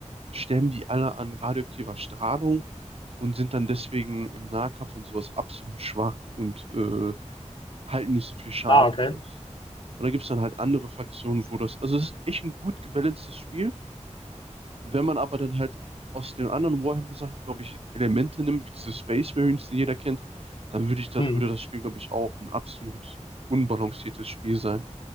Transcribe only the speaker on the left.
Ah, okay.
Hm.